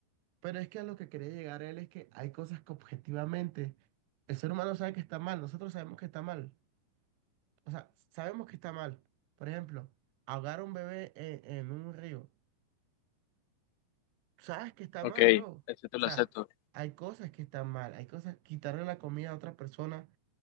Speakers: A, on the right; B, on the left.
A: pero es que a lo que quería llegar él es que hay cosas que objetivamente el ser humano sabe que está mal, nosotros sabemos que está mal. o sea, sabemos que está mal. Por ejemplo, ahogar a un bebé en, en un río. Sabes que está
B: ok,
A: mal, bro. O
B: acepto,
A: sea,
B: lo acepto.
A: hay cosas que están mal. Hay cosas, quitarle la comida a otra persona,